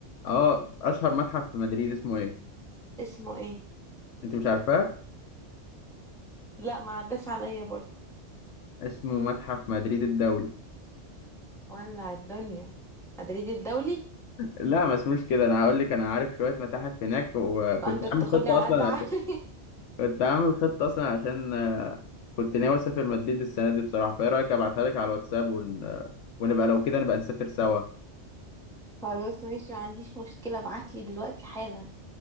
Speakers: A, on the left (about 80°); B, in the centre.
A: اه اشهر متحف في مدريد اسمه ايه
B: اسمه إيه؟
A: انت مش عارفاه
B: لا ما عداش عليا برضه
A: اسمه متحف مدريد الدولي
B: ولع الدنيا مدريد الدولي
A: لا ما اسموش كده انا هقول لك انا عارف شويه متاحف هناك وكنت
B: وأنت بتاخدني
A: عامل خطه
B: على
A: اصلا
B: قد عقلي <laughs>
A: كنت عامل خطة أصلا عشان آه، كنت ناوي أسافر مدريد السنة دي بصراحة فإيه رأيك أبعتها لك على الواتساب ون... آه، ونبقى لو كده نبقى نسافر سوا
B: خلاص ماشي ما عنديش مشكلة ابعتلي دلوقتي حالا